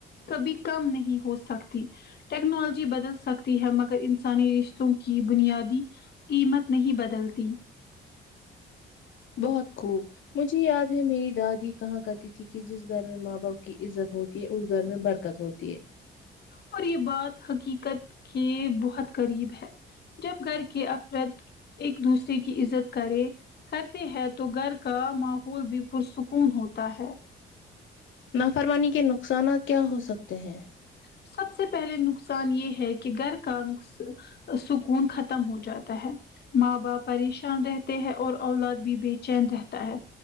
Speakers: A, on the left (about 55°); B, on the left (about 70°).
A: کبھی کم نہیں ہو سکتی ٹیکنالوجی بدل سکتی ہے مگر انسانی رشتوں کی بنیادی قیمت نہیں بدلتی
B: بہت خوب مجھے یاد ہے میری دادی کہاں کرتی تھی کہ جس گھر میں ماں باپ کی عزت ہوتی ہے اس گھر میں برکت ہوتی ہے
A: اور یہ بات حقیقت کے بہت قریب ہے جب گھر کے افرت ایک دوسرے کی عزت کرے کرتے ہے تو گھر کا ماحول بھی پرسکون ہوتا ہے
B: نافرمانی کے نقصانات کیا ہو سکتے ہیں
A: سب سے پہلے نقصان یہ ہے کہ گھر کا نقص سکون ختم ہو جاتا ہے ماں باپ پریشان رہتے ہیں اور اولاد بھی بے چین رہتا ہے